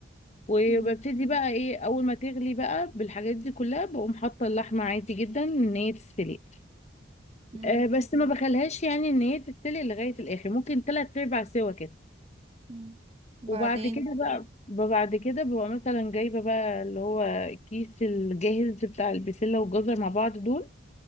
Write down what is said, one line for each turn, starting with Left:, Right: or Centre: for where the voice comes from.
Left: وببتدي
Right: مم.
Left: بقى ايه اول ما تغلي بقى بالحاجات دي كلها بقوم حاطه اللحمه عادي جدا ان هي تستوي
Right: مم.
Left: أه بس ما بخليهاش يعني ان هي تستوي لغايه الاخر ممكن تلات ارباع سوا كده
Right: مم. بعدين
Left: وبعد كده بقى بعد كده ببقى مثلا جايبة بقى اللي هو الكيس الجاهز بتاع البسلة والجزر مع بعض دول